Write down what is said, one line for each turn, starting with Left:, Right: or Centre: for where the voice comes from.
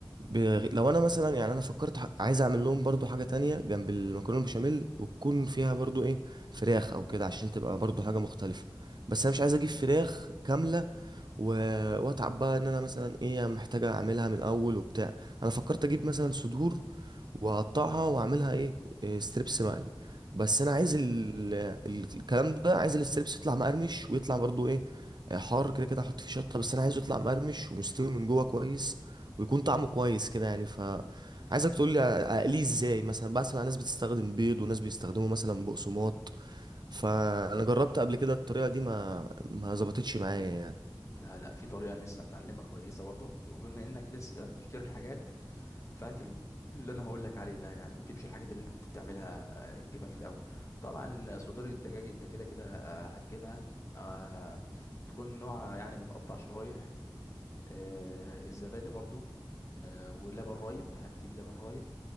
Right: بغ... لو انا مثلا يعني انا فكرت ح... عايز اعمل لهم برضو حاجه تانية جنب المكرونه البشاميل وتكون فيها برضو ايه فراخ او كده عشان تبقى برضو حاجه مختلفه
Left: مم.
Right: بس انا مش عايز اجيب فراخ كامله و... واتعب بقى ان انا مثلا ايه محتاجه اعملها من الاول وبتاع انا فكرت اجيب مثلا صدور وهقطعها واعملها ايه إيه، ستريبس مقلي بس
Left: اه
Right: انا عايز ال... ال- الكلام ده عايز الستريبس يطلع مقرمش ويطلع برضو ايه آه، حار كده كده احط فيه شطه بس انا عايزه يطلع مقرمش ومستوي من جوه كويس ويكون طعمه كويس كده يعني ف عايزك تقول لي اقليه ازاي مثلا بسمع ناس بتستخدم بيض وناس بيستخدموا مثلا بقسماط فانا جربت قبل كده الطريقه دي ما ما ظبطتش معايا يعني
Left: لا لا في طريقة أنا لسه متعلمها كويسة برضو وبما انك لسه بتفتكر الحاجات فهات ال- اللي انا هقول لك عليه ده يعني ما تجيبش الحاجات اللي انت كنت بتعملها آه، تجيبها في الاول طبعا صدور الدجاج انت كده كده آه، هتجيبها آه، هتكون نوعها يعني متقطع شرايح آه، الزبادي برضو آه، ولبن رايب هتجيب لبن رايب